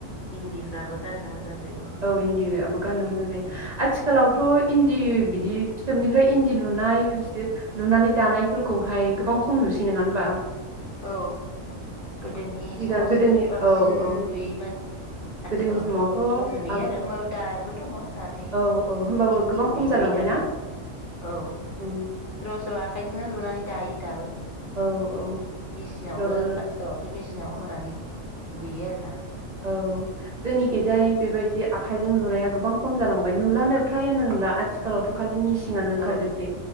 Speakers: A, on the left; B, on the right.
A: इन्दिफ्राबो गाननो मोजां जायोनो
B: औ इन्दिबायाबो गाननो मोजां जायो
A: ओ
B: आथिखालावथ' इन्दि बिदि फिथोबनिफ्राय इन्दि लुनाय <unintelligible> लुनानै दानायफोरखौहाय गोबां खम नुसै नङा होनबा?
A: औ गोदोनि
B: सिगां
A: समावसो
B: गोदोनि
A: बांसिन
B: औ औ
A: लुयोमोन। आथिखालावथ'
B: गोदोनि समावथ'
A: खम नुयो
B: आब
A: आरो होमबाबो दा बो दङ। दानाय
B: औ औ होमबाबो
A: इन्दि
B: गोबां
A: लुयै
B: खम जालांबायना
A: लुयै दानाय औ
B: औ
A: सोरबा सोरबा आखाइजोंनो लुनानै दायो दाबो।
B: औ औ।
A: मेसिनावबो
B: अब्लाबो
A: आथिखालावथ' मेसिनाव होनानै लुयो आरोना।
B: औ जोंनिखिजाय बेबायदि आखाइजों लुनाया गोबां खम जालांबाय नुलानो फ्रायानो नुला आथिखालावथ' खालि मिसि सिङानो ओंखारजोबसै।
A: औ